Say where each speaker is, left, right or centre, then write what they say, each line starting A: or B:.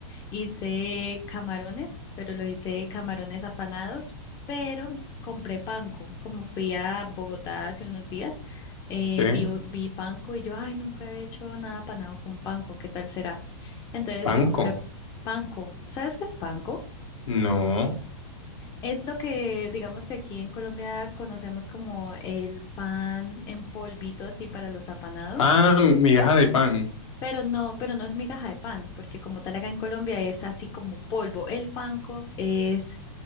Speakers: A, on the left; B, on the left.
A: hice camarones, pero lo hice camarones apanados, pero compré panko. Como fui a Bogotá hace unos días, eh,
B: Sí.
A: vi, vi panko y yo, ay, nunca he hecho nada apanado con panko, ¿qué tal será? Entonces
B: Panco.
A: me compré panko. ¿Sabes qué es panko?
B: No.
A: Es lo que digamos que aquí en Colombia conocemos como el pan en polvito así para los apanados.
B: Ah, migaja de pan.
A: Pero no, pero no es migaja de pan, porque como tal acá en Colombia es así como polvo. El panco es,